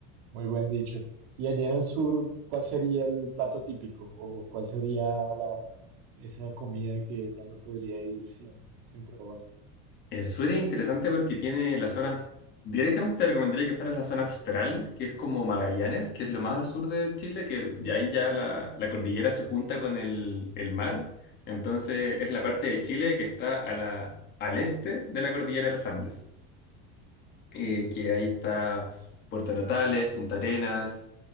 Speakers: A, on the right; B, on the left.
A: Muy buen dicho. Y allí en el sur, ¿cuál sería el plato típico? ¿O cuál sería la, esa comida que no me podría ir sin, sin probar?
B: Eso era interesante porque tiene las zonas, directamente te recomendaría que fueras a la zona austral, que es como Magallanes, que es lo más al sur de Chile, que ya ahí ya la, la cordillera se junta con el, el mar. Entonces es la parte de Chile que está a la, al este de la cordillera de los Andes, eh, que ahí está Puerto Natales, Punta Arenas,